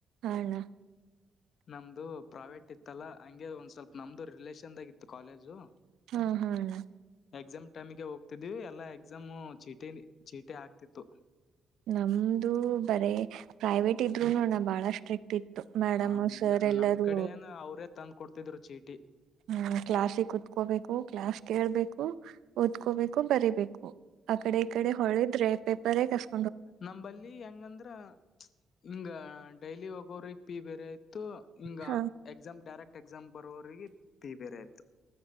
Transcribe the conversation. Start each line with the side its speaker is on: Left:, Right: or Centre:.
Right: ಹಣ
Left: ನಮ್ದು ಪ್ರೈವೇಟ್ ಇತ್ತಲ್ಲ ಹಗೆ ಒಂದ್ ಸ್ವಲ್ಪ ನಮ್ದು ರಿಲೇಷನ್ದಾಗ ಇತ್ತು ಕಾಲೇಜು
Right: ಹಾ ಹಣ
Left: ಎಕ್ಸಾಮ್ ಟೈಮ್ಗೆ ಹೋಗ್ತಿದ್ವಿ ಎಲ್ಲಾ ಎಕ್ಸಾಮ್ ಚೀಟಿ ಚೀಟಿ ಆಗ್ತಿತ್ತು
Right: ನಮ್ದು ಬರೇ ಪ್ರೈವೇಟ್ ಇದ್ರು ನೋಣ ಬಾಳ ಸ್ಟ್ರಿಕ್ಟ್ ಇತ್ತು ಮೇಡಮು
Left: ಆ ಇಲ್ಲ
Right: ಸರ್ ಎಲ್ಲರೂ
Left: ನಮ್ ಕಡೆ ಏನು ಅವ್ರೇ ತಂದ್ ಕೊಡ್ತಿದ್ರು ಚೀಟಿ
Right: ಹ್ಮ್ ಕ್ಲಾಸಿಗೆ ಕುೂತ್ಕೋಬೇಕು ಕ್ಲಾಸ್ ಕೇಳ್ಬೇಕು ಓದ್ಕೋಬೇಕು ಬರಿೀಬೇಕು ಆ ಕಡೆ ಈ ಕಡೆ ಹೊಳಿದ್ರೆ ಪೇಪರ್ ಕಷ್ಟ
Left: ನಮಂಬಲ್ಲಿ ಹೆಂಗಂದ್ರ ಹಿಂಗ ಡೈಲಿ ಹೋಗೋ್ರ ಪ್ಪಿ ಬೇರೆ ಆಯ್ತು ಹಂಗ
Right: ಹ
Left: ಎಕ್ಸಾಮ್ ಡೈರೆಕ್ಟ್ ಎಕ್ಸಾಮ್ ಬರೋ್ರರಿಗೆ ಟಿ ಬೇರೆ ಆಯ್ತು